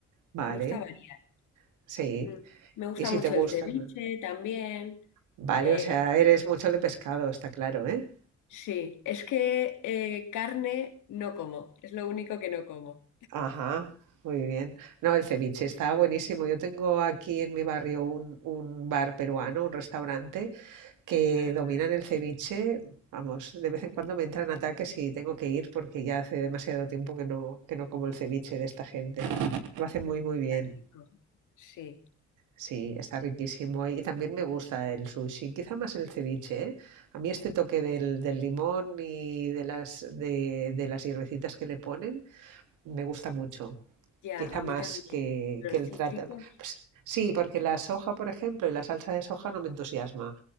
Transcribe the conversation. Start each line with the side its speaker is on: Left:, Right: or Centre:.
Right: vale,
Left: me gusta variar.
Right: sí.
Left: Mm. Me gusta
Right: Y si
Left: mucho
Right: te gustan,
Left: el ceviche también.
Right: vale,
Left: Eh,
Right: o sea, eres mucho de pescado, está claro, ¿eh?
Left: sí, es que eh, carne no como, es lo único que no como.
Right: Ajá, muy bien. No, el ceviche está buenísimo. Yo tengo aquí en mi barrio un, un bar peruano, un restaurante que
Left: Ah,
Right: dominan el ceviche. Vamos, de vez en cuando me entran ataques y tengo que ir porque ya hace demasiado tiempo que no, que no como el ceviche de esta gente. Lo hacen muy, muy bien.
Left: está rico. Sí,
Right: Sí, está riquísimo. Y también me gusta el sushi, quizá más el ceviche, ¿eh? A mí este toque del, del limón y de las, de de las hierbecitas que le ponen me gusta mucho
Left: ya,
Right: quizá
Left: a mí
Right: más
Left: también.
Right: que,
Left: Los
Right: que el
Left: cítricos,
Right: trata. Pues, sí, porque la soja, por ejemplo, y la salsa de soja no me entusiasma,